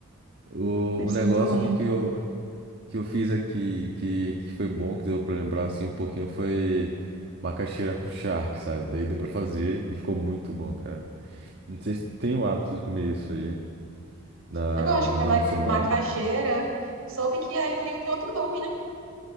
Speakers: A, on the right (about 50°); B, on the right (about 70°).
A: O,
B: deve
A: o
B: ser
A: negócio
B: muito ruim.
A: aqui que eu, que eu fiz aqui, que, que foi bom, que deu pra lembrar assim um pouquinho, foi macaxeira com charque, sabe? Daí deu pra fazer e ficou muito bom, cara. Não sei se tem o hábito de comer isso aí. na,
B: Eu gosto de comer
A: de
B: ma-
A: onde você mora.
B: macaxeira, soube que aí no Rio tem outro nome, né?